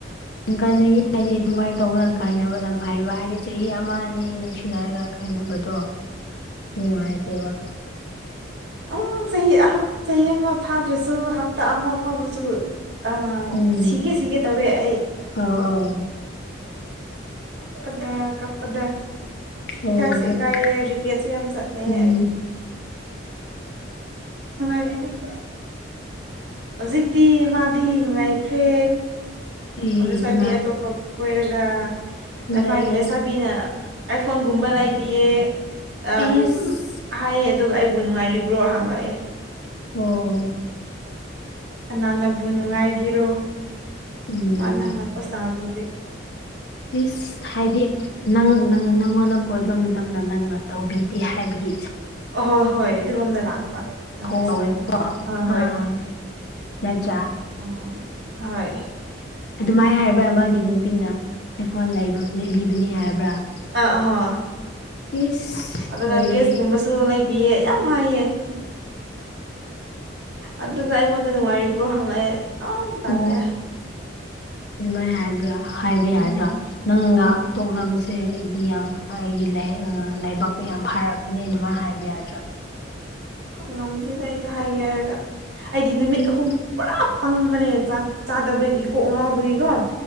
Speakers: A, on the left; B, on the right.
A: ꯀꯥꯏꯅꯒꯦ ꯍꯥꯏꯗꯤ ꯑꯗꯨꯃꯥꯏꯅ ꯇꯧꯕꯅ ꯀꯥꯏꯅꯕꯅ ꯐꯩꯕ ꯍꯥꯏꯗꯤ ꯆꯍꯤ ꯑꯃ ꯑꯅꯤ ꯅꯨꯡꯁꯤꯅꯔꯒ ꯀꯥꯏꯅꯕꯗꯣ ꯅꯨꯡꯉꯥꯏꯇꯦꯕ
B: ꯑꯣ ꯆꯍꯤ ꯆꯍꯤ ꯑꯃ ꯐꯥꯗ꯭ꯔꯁꯨ ꯍꯞꯇꯥ ꯑꯃ ꯐꯥꯎꯕꯁꯨ ꯑ
A: ꯎꯝ
B: ꯁꯤꯒꯦ ꯁꯤꯒꯦ ꯇꯦꯋꯦ ꯑꯩ
A: ꯑꯧ ꯑꯧ
B: ꯀꯞꯄꯗ ꯀꯞꯄꯗ
A: ꯑꯣ
B: ꯏꯀꯥꯏꯁꯨ
A: ꯍꯣꯏ
B: ꯏꯀꯥꯏꯌꯦ ꯔꯤꯒ꯭ꯔꯦꯠꯁꯨ ꯌꯥꯝ ꯆꯠꯂꯦ
A: ꯎꯝ
B: ꯑꯩ <unintelligible> ꯍꯧꯖꯤꯛꯇꯤ ꯃꯥꯗꯤ ꯅꯨꯡꯉꯥꯏꯈ꯭ꯔꯦ
A: ꯑꯩ
B: ꯂꯩꯁꯥꯕꯤ
A: ꯀꯅꯥ
B: ꯑꯇꯣꯞꯄ ꯀꯣꯏꯔꯒ
A: ꯂꯦ
B: ꯃꯥꯒꯤ
A: ꯂꯦ
B: ꯂꯩꯁꯥꯕꯤꯅ
A: ꯂꯦ
B: ꯑꯥꯏꯐꯣꯟꯒꯨꯝꯕ ꯂꯩꯕꯤꯌꯦ ꯑꯗꯨꯝ
A: ꯑꯩꯁ
B: ꯍꯥꯏꯌꯦ ꯑꯗꯨꯒ ꯑꯩꯕꯨ ꯅꯨꯡꯉꯥꯏꯔꯤꯕ꯭ꯔꯣ ꯍꯥꯡꯂꯛꯑꯦ
A: ꯑꯣ
B: ꯀꯅꯥꯅꯕꯨ ꯅꯨꯡꯉꯥꯏꯒꯤꯔꯣ
A: ꯎꯝ
B: ꯃꯥꯅ ꯍꯪꯅꯛꯄ ꯁꯥꯕꯗꯨꯗꯤ
A: ꯏꯁ ꯍꯥꯏꯗꯤ ꯅꯪ ꯅꯪ ꯅꯪꯉꯣꯟꯗ ꯀꯣꯏꯕ ꯃꯇꯝꯗ ꯅꯪꯅ ꯇꯧꯕꯤꯗꯦ ꯍꯥꯏꯕꯒꯤ
B: ꯑꯍꯣꯏ ꯍꯣꯏ ꯑꯗꯨꯔꯣꯝꯗ ꯂꯥꯛꯄ ꯅꯪꯒꯤ
A: <unintelligible>
B: ꯁ꯭ꯇꯥꯏꯜꯗꯣ ꯍꯣꯏ ꯑꯝ ꯍꯣꯏ
A: ꯑꯗꯨꯃꯥꯏ ꯍꯥꯏꯕ꯭ꯔꯥ ꯃꯥꯒꯤ ꯅꯨꯄꯤꯅ ꯑꯥꯢꯐꯣꯟ ꯂꯩꯕꯤꯕꯅꯤ ꯍꯥꯏꯕ꯭ꯔꯥ
B: ꯑꯥ ꯑꯥꯥ ꯍꯣ
A: ꯏꯁ
B: ꯑꯗꯨꯒ
A: ꯂꯣꯏꯔꯦꯍꯦ
B: ꯗ꯭ꯔꯦꯁꯀꯨꯝꯕꯁꯨ ꯂꯩꯕꯤꯌꯦ ꯌꯥꯝ ꯍꯥꯏꯌꯦ ꯑꯗꯨꯒ ꯑꯩꯉꯣꯟꯗ ꯅꯨꯡꯉꯥꯏꯔꯤꯕ꯭ꯔꯣ ꯍꯪꯂꯛꯑꯦ ꯌꯥꯝ ꯇꯜꯂꯦ
A: ꯑꯣ ꯑꯗꯨꯃꯥꯏ ꯍꯥꯏꯕ꯭ꯔꯥ ꯍꯥꯏꯕ ꯌꯥꯗ꯭ꯔꯥ
B: ꯎꯝ
A: ꯅꯪꯒ ꯇꯣꯛꯅꯕꯁꯦ ꯑꯩꯗꯤ ꯌꯥꯝ ꯑꯩꯒꯤ ꯂꯥꯏ ꯂꯥꯏꯕꯛꯇ ꯌꯥꯝ ꯐꯔꯕꯅꯦ ꯑꯗꯨꯃꯥꯏꯅ ꯍꯥꯏꯕ ꯌꯥꯗ꯭ꯔꯥ
B: ꯉꯝꯗꯦꯗ ꯑꯩꯗꯤ ꯍꯥꯏꯒꯦ ꯍꯥꯏꯔꯒ ꯑꯩꯗꯤ ꯅꯨꯃꯤꯠ
A: ꯎꯝ
B: ꯑꯍꯨꯝ ꯄꯨꯔꯥ ꯄꯪꯕꯅꯦ ꯆꯥꯛ ꯆꯥꯗꯕꯒꯤ ꯀꯣꯛ ꯉꯥꯎꯕꯒꯤꯀꯣ